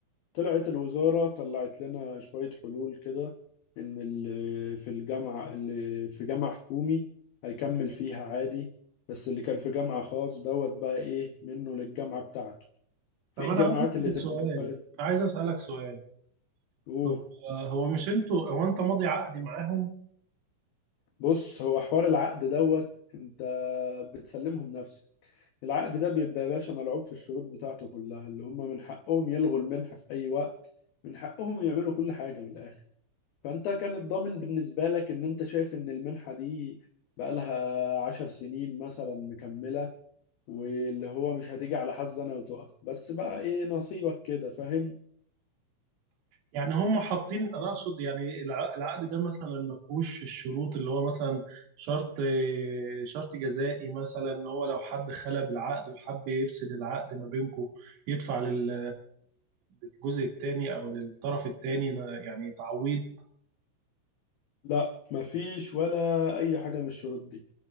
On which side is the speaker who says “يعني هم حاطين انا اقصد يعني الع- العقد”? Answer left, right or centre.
Right